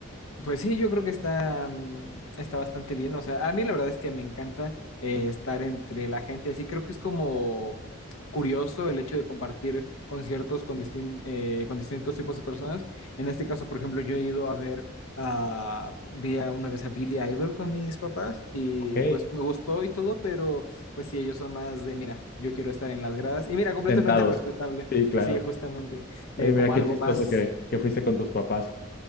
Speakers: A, on the left (about 80°); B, on the left (about 45°).
A: pues sí, yo creo que está, mm, está bastante bien. O sea, a mí la verdad es que me encanta eh, estar entre la gente. Así creo que es como curioso el hecho de compartir conciertos con, distin- eh, con distintos tipos de personas. En este caso, por ejemplo, yo he ido a ver, a vi a- una vez a Billy Idol con mis papás y
B: Ok,
A: pues me gustó y todo, pero pues sí, ellos son más de, mira, yo quiero estar en las gradas y mira, completamente
B: sentados.
A: respetable,
B: Sí, claro.
A: sí, justamente, eh,
B: Oye, mira
A: como
B: qué
A: algo
B: chistoso
A: más
B: que, que fuiste con tus papás.